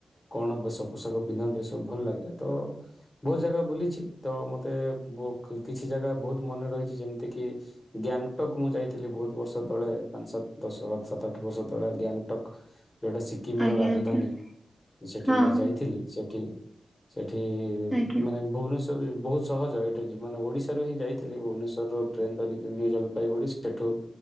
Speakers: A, on the left; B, in the centre.
A: କଣ ବେଶ ପୋଷାକ ପିନ୍ଧନ୍ତି? ସବୁ ଭଲ ଲାଗେ ତ ବୋହୁତ ଜାଗା ବୁଲିଛି ତ ମତେ ବୋ କିଛି ଜାଗା ବୋହୁତ ମନେ ରହିଚି ଯେମତି କି ଗ୍ୟାଙ୍ଗଟକ୍ ମୁଁ ଯାଇଥିଲି ବୋହୁତ ବର୍ଷ ତଳେ ପାଞ୍ଚ ସାତ ଦଶ ସାତ ଆଠ ବର୍ଷ ତଳେ ଗ୍ୟାଙ୍ଗଟକ୍ ଯୋଉଟା ସିକିମର
B: ଆଜ୍ଞା
A: ରାଜଧାନୀ
B: ଆଜ୍ଞା
A: ସେଠି
B: ହଁ
A: ଯାଇଥିଲି ସେଠି ସେ ଠି
B: ଆଜ୍ଞା
A: ମାନେ ଭୁବନେଶ୍ୱରରୁ ବି ବୋହୁତ ସହଜ ଏଇଠିକି ମାନେ ଓଡ଼ିଶାରୁ ହିଁ ଯାଇ ଭୁବନେଶ୍ବରରୁ ଟ୍ରେନ୍ ଧରିକିନି ଜଲପାଇଗୁଡି଼ ସେଠୁ